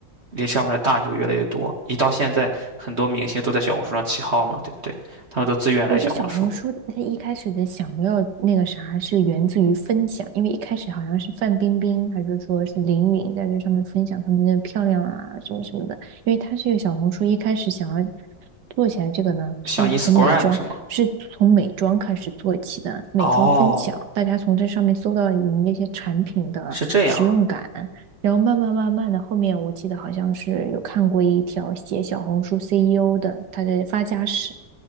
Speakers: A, on the right (about 40°); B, on the right (about 65°).
A: 离上面的大牛越来越多，一到现在，很多明星都在小红书上起号嘛，对不对？他们都自愿来小红书，
B: 我觉得小红书它一开始的想要那个啥，是源自于分享，因为一开始好像是范冰冰还是说是林允在这上面分享她们的漂亮啊什么什么的，因为它这个小红书一开始想要做起来这个呢，是从美妆是从美妆开始做起的，
A: 像 Instagram 是吗？
B: 美妆分享，
A: 哦，
B: 大家从这上面搜到你那些产品的使用感，
A: 是这样，
B: 然后慢慢慢慢的，后面我记得好像是有看过一条写小红书 CEO 的他的发家史。